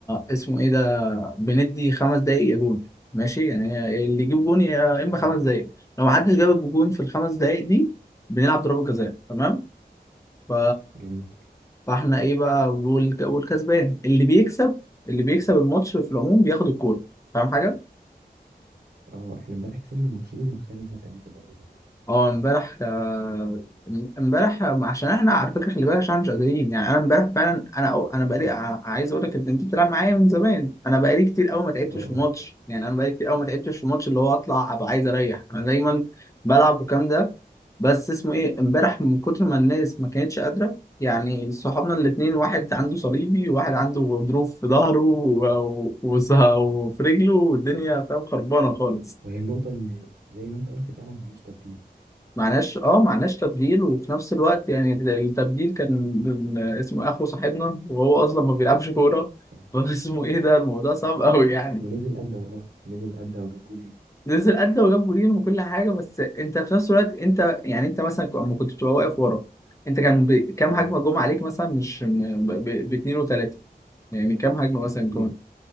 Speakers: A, on the left; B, on the right.
A: اسمه ايه ده بندي خمس دقايق يا جون ماشي يعني اللي يجيب جون يا اما
B: حلو
A: خمس دقايق لو محدش جاب جون في الخمس دقايق دي بنلعب ضربه جزاء تمام ف
B: جميل
A: فاحنا ايه بقى والك- والكسبان اللي بيكسب اللي بيكسب الماتش في العموم بياخد الكوره فاهم حاجه
B: اه احنا امبارح كسبنا ماتشين وخسرنا ثلاثة تقريبا
A: اه امبارح آه، امبارح عشان احنا على فكره خلي بالك عشان احنا مش قادرين يعني انا امبارح فعلا انا أو انا بقالي
B: اه
A: ع- عايز اقول لك انت انت بتلعب معايا من زمان انا بقالي كتير قوي ما تعبتش
B: اه اه
A: في ماتش يعني انا بقالي كتير قوي ما تعبتش في ماتش اللي هو اطلع ابقى عايز اريح انا دايما بلعب والكلام ده بس اسمه ايه امبارح من كتر ما الناس ما كانتش قادره يعني صحابنا الاثنين واحد عنده صليبي وواحد عنده غضروف في ظهره و- و- وص- وفي رجله والدنيا فاهم خربانه خالص
B: وهي النقطة ان زي ما انت قلت فعلا معناش تبديل
A: معناش اه معناش تبديل وفي نفس الوقت يعني التبديل كان اسمه إيه، اخو صاحبنا وهو اصلا ما بيلعبش كوره <laughs>
B: اه
A: فاسمه ايه ده الموضوع صعب قوي يعني
B: ونزل قد والله نزل قد وجاب جولين
A: نزل ادى وجاب جولين وكل حاجه بس انت في نفس الوقت انت يعني انت مثلا لما كنت بتبقى واقف ورا انت كان ب... كام
B: اه
A: هجمه جم عليك مثلا مش ب... ب... باتنين وتلاته يعني كام هجمه مثلا
B: لا كتير
A: جم